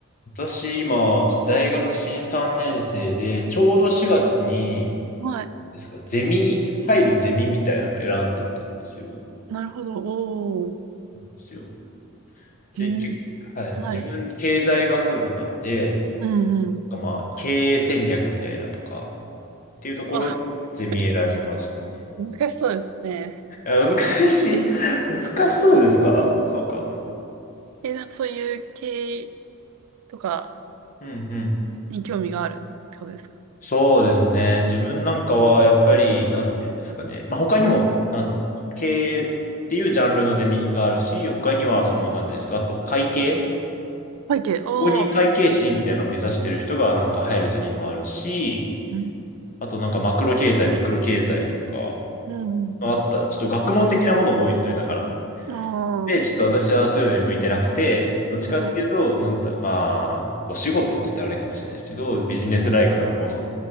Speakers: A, on the left (about 35°); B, on the right (about 90°).
A: 私、今、大学新3年生で、ちょうど4月に、
B: はい。
A: ですか、ゼミ、入るゼミみたいなの選んでたんですよ。で
B: なるほど。おー、
A: すよ。
B: ゼミ。
A: で、きはい。
B: はい。
A: 自分、経済学部なんで、
B: うんうん。
A: なんかまあ、経営戦略みたいなとか、っていうところのゼミ選びました。
B: わ <laughs>、難しそうですね。
A: あ難しい。<laughs> 難しそうですかそうかな。
B: うんえ、なんかそういう経営とか
A: うんうん
B: に興味があるってことですか
A: そうですね。自分なんかは、やっぱり、なんていうんですかね。まあ、他にも、なん、経営っていうジャンルのゼミがあるし、他には、その、なんていうんですか、あと、会計、
B: 背景、おー。
A: 公認会計士みたいなのを目指してる人が、なんか入るゼミもあるし、
B: うん
A: あと、なんか、マクロ経済、ミクロ経済とか、
B: うん
A: まあった、ちょっと学問的なものも多いんですよね、だから。
B: うん。
A: で、
B: あ
A: ちょっと私はそういうのに向いてなくて、どっちかっていうと、
B: あー、はい。
A: なんだ、まあ、お仕事って言ったらあれかもしれないですけど、ビジネスライクな方